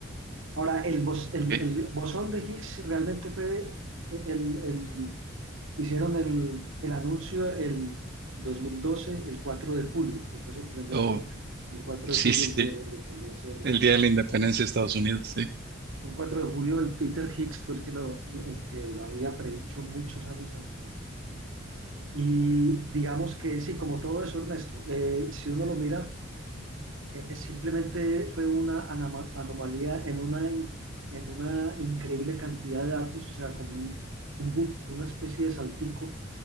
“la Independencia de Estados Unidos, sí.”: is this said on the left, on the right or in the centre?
Right